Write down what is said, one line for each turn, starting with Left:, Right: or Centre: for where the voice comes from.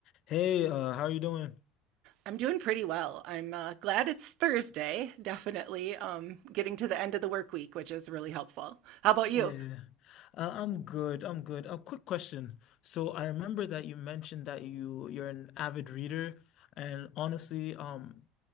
Left: Hey, uh, how are you doing?
Right: I'm doing pretty well. I'm uh, glad it's Thursday, definitely. Um, getting to the end of the work week, which is really helpful. How about
Left: Yeah, yeah,
Right: you?
Left: yeah. uh, I'm good. I'm good. A quick question. So I remember that you mentioned that you you're an avid reader, and honestly, um,